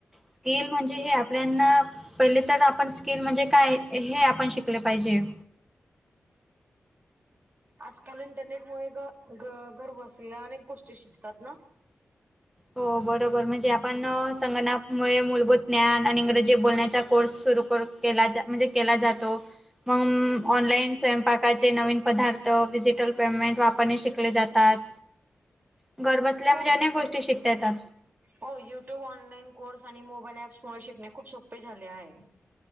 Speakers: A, in the centre; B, on the right.
A: स्किल म्हणजे हे आपना पहिले तर आपण स्किल म्हणजे काय हे आपण शिकले पाहिजे ह
B: आजकाल इंटरनेट मु घर बसलेल्या अनेक गोष्टी शिकतात ना
A: हो बर बरोबर म्हणजे आपण संगनामुळे मूलभूत ज्ञान आणि इंग्रजी बोलण्याचा कोर्स सुरू करू केला म्हणजे केला जातो मग ऑनलाईन स्वयंपाकाचे नवीन पदार्थ डिजिटल पेमेंट वापरणे शिकले जातात घर बसल्या
B: होय.
A: म्हणजे अनेक गोष्टी शिकता येतात
B: हो युट्यूब ऑनलाईन कोर्स आणि मोबाईल ऍप्समुळे शिकणे खूप सोपे झाले आहे